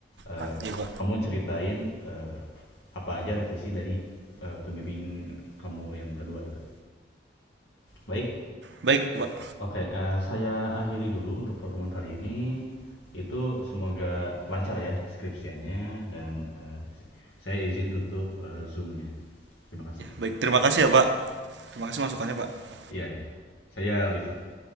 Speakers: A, on the left; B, on the right.
A: eh,
B: Ah, ya Pak.
A: kamu ceritain eh, apa aja revisi dari eh, pembimbing kamu yang kedua itu. Baik,
B: Baik Pak.
A: Oke, eh, saya akhiri dulu untuk pertemuan kali ini. Itu semoga lancar ya skripsiannya dan eh, saya izin tutup eh, Zoom-nya. Terima kasih.
B: Ya, baik. Terima kasih ya Pak. Terima kasih masukannya Pak.
A: Iya, iya. Saya live ya.